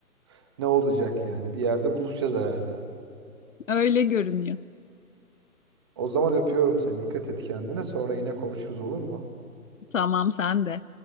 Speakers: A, on the right; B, on the left.
A: <laughs> ne olacak yani. Bir yerde buluşacağız herhalde.
B: Öyle görünüyor.
A: O zaman öpüyorum seni. Dikkat et kendine. Sonra yine konuşuruz olur mu?
B: Tamam sen de.